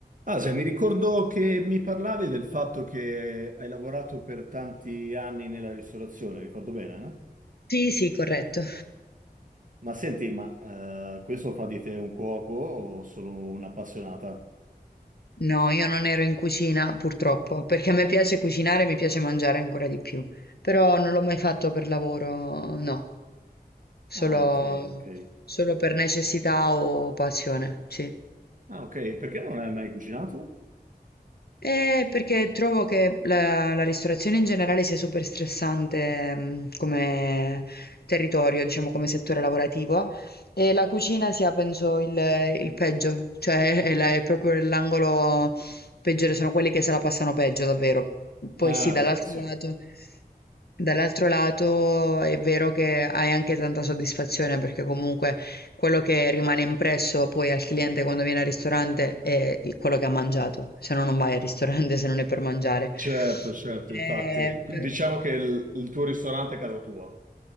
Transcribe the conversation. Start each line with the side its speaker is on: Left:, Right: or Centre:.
Right: Asia, mi ricordo che mi parlavi del fatto che hai lavorato per tanti anni nella ristorazione, ricordo bene, no?
Left: Sì, sì, corretto.
Right: Ma senti, ma eh, questo fa di te un cuoco o solo un'appassionata?
Left: No, io non ero in cucina purtroppo, perché a me piace cucinare, mi piace mangiare ancora di più, però non l'ho mai fatto per lavoro, no, solo,
Right: Ah, ok, ok.
Left: solo per necessità o passione, sì.
Right: Ah, ok, perché non hai mai cucinato?
Left: Eh, perché trovo che la, la ristorazione in generale sia super stressante, mh, come territorio, diciamo come settore lavorativo, e la cucina sia, penso, il, il peggio, cioè <laughs> è, la- è proprio l'angolo peggiore, sono quelli che se la passano peggio, davvero. Poi
Right: Ah,
Left: sì, dall'altro
Right: beh, sì,
Left: lato. Dall'altro lato è vero che hai anche tanta soddisfazione perché comunque quello che rimane impresso poi al cliente quando viene al ristorante è il- quello che ha mangiato, se no non vai al ristorante <laughs> se non è per mangiare.
Right: certo, certo, infatti.
Left: Eh, per-
Right: Diciamo che il, il tuo ristorante è casa tua.